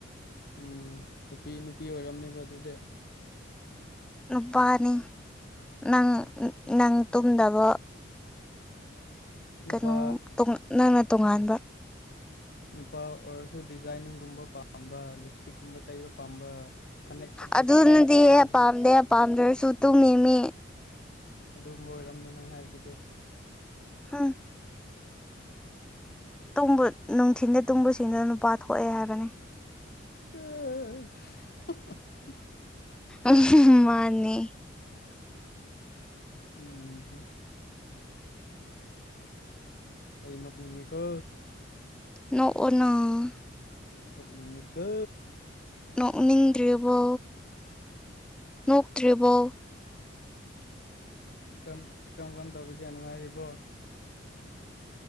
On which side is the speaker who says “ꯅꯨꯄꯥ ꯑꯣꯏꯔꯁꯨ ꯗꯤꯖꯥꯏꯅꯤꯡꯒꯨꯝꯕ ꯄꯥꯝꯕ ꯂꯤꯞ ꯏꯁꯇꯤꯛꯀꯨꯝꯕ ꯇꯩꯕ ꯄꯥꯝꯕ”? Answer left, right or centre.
Left